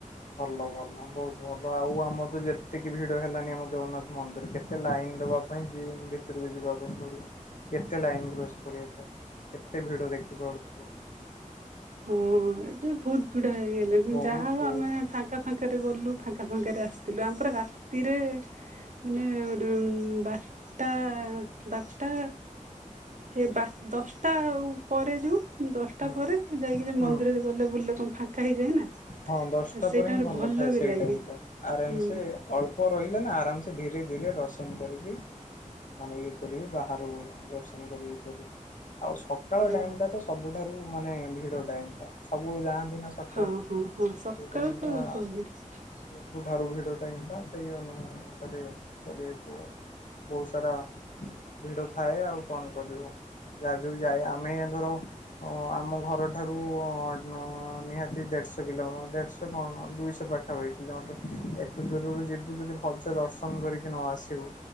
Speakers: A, on the left; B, on the right.
A: ଭଲ ଭଲ ବୋହୁତ ଭଲ ଆଉ ଆମର ତ ଯେତିକି ଭିଡ ହେଲାଣି ଆମ ଜଗନ୍ନାଥ ମନ୍ଦିର କେତେ ଲାଇନ ଦ ଯିବା ପାଇଁ ଯିମ୍ ଭିତରକୁ ଯିବା ପାଇଁ ପଡିବ। କେତେ ଲାଇନ କ୍ରସ୍ କରିବା ପାଇଁ କେତେ ଭିଡ ଦେଖି ପାରୁୁଥିବ।
B: ହଁ ଏବେ ବହୁତ ଭିଡା ହେଇଗଲେନି
A: ବହୁତ
B: ଯାହା ହୋଉ
A: ବହୁତ
B: ଆମେ ନା ଫାଙ୍କା ଫାଙ୍କାରେ ଗଲୁ ଫାଙ୍କା ଫାଙ୍କାରେ ଆସିଥିଲୁ ଆମ ପୁରା ରାତିରେ ମାନେ ବାରଟା ବାରଟା ଏ ବା ଦଶଟା ଆଉ ପରେ ଟା ଯାଉ ଦଶଟା
A: ହୁଁ
B: ପରେ ଯାଇକିରି ଯେ ମନ୍ଦିରରେ
A: ହୁଁ
B: ଗଲେ ବୁଲିଲେ ଫାଙ୍କା ହେଇଯାଏ ନା।
A: ହଁ ଦଶଟା
B: ସେଇ
A: ପରେ
B: ଟାଇମରେ
A: ହିଁ ଭଲ ଥାଏ।
B: ବି
A: ସେଇ
B: ଲାଗେ
A: ଟାଇମ ଟା ଆରାମ୍
B: ହୁଁ
A: ସେ ଅଳ୍ପ ରହିଲେ ନା ଆରାମ୍ ସେ ଧୀରେ ଧୀରେ ଦର୍ଶନ କରିକି ମାନେ ଇଏ କରିବେ ବାହାରୁ ଦର୍ଶନ କରିବେ କରିବେ। ଆଉ ସକାଳ
B: ହଁ
A: ଟାଇମ ଟା ତ ସବୁଠାରୁ ମାନେ ଭିଡ ଟାଇମ ଟା ସବୁ ଯାଆନ୍ତି। ନା ସକାଳୁ
B: ହଁ ହଁ ହଁ ସକାଳୁ
A: ସେଇ ଟାଇମ
B: ତ
A: ଟା
B: ସବୁ ଭିଡ଼
A: ସବୁଠାରୁ ଭିଡ ଟାଇମ ସେଇ ଅନୁସାରେ କରିବାକୁ। ବହୁତ ସାରା ଭିଡ ଥାଏ ଆଉ କଣ କରିବୁ। ଯା ଯୋଉ ଯାଏ ଆମେ ଧର ଅଁ ଆମ ଘରଠାରୁ ନ ନିହା କି ଦେଢଶହ କିଲ ଦେଢଶହ କଣ ଦୁଇଶହ ପାଖାପାଖି କିଲମିଟର ଏତେ ଦୂରରୁ ଯିବୁ ଯଦି ଭଲସେ ଦର୍ଶନ କରିକି ନ ଆସିବୁ